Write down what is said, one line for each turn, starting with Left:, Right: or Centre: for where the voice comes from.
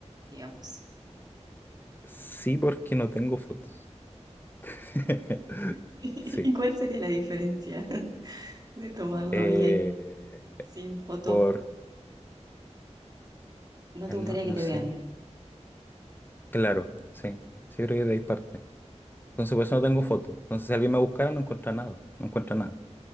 Right: digamos.
Left: Sí, porque no tengo fotos. <laughs>
Right: <laughs> ¿Y
Left: Sí.
Right: cuál sería la diferencia <laughs> de tomarlo
Left: Eh,
Right: bien, sin foto?
Left: por.
Right: No
Left: eh,
Right: te
Left: No,
Right: gustaría que
Left: no
Right: te
Left: sé.
Right: vean.
Left: Claro, sí. Sí, creo que de ahí parte. Entonces, por eso no tengo fotos. Entonces, si alguien me buscara, no encuentra nada. No encuentra nada.